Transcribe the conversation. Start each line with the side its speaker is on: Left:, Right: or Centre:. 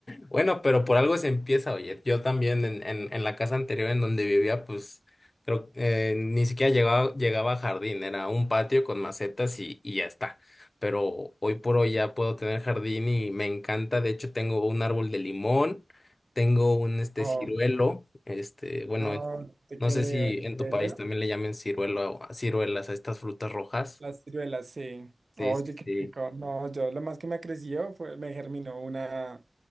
Left: Bueno, pero por algo se empieza, oye. Yo también en, en, en la casa anterior en donde vivía, pues creo eh, ni siquiera llegaba, llegaba a jardín, era un patio con macetas y, y ya está. Pero hoy por hoy ya puedo tener jardín y me encanta. De hecho, tengo un árbol de limón, tengo un este
Right: Oh,
Left: ciruelo, este, bueno,
Right: no
Left: eh,
Right: te
Left: no
Right: creo.
Left: sé si
Right: ¿En
Left: en tu
Right: serio?
Left: país también le llamen ciruelo, a ciruelas a estas frutas rojas.
Right: Las ciruelas, sí.
Left: Sí,
Right: Oye,
Left: sí,
Right: qué
Left: sí.
Right: rico. No, yo lo más que me creció fue, me germinó una,